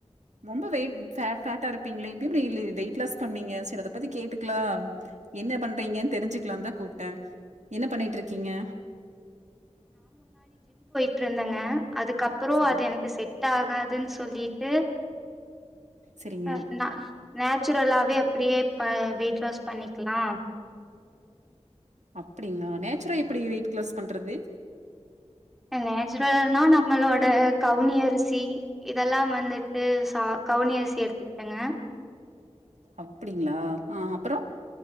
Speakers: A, on the right (about 85°); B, in the centre.
A: ரொம்ப வெய்ட் ஃபே ஃபேட்டா இருப்பிங்ளே இப்ப எப்டி இ வெயிட் லாஸ் பண்ணிங்க செரி அத பத்தி கேட்டுக்லா என்ன பண்றிங்கன் தெரிஞ்சுக்லான்தா கூப்ட்ட என்ன பண்ணிட்ருக்கிங்க
B: ட்ருந்தங்க அதுக்கப்புற
A: சரிங்
B: அது எனக்கு செட் ஆகாதுன் சொல்லிட்டு
A: சரிங்க
B: அ நா நேச்சுரலாவே அப்படியே ப வெயிட் லாஸ் பண்ணிக்கலா
A: அப்படிங்களா நேச்சுரா எப்படி வெயிட் லாஸ் பண்றது
B: நோச்சுரல்னா நம்மளோ ட கவுனி அரிசி இதெல்லாம் வந்துட்டு சா கவுனி அரிசி எடுத்துக்கிட்டங்க
A: அப்படிங்களா ஆ அப்பற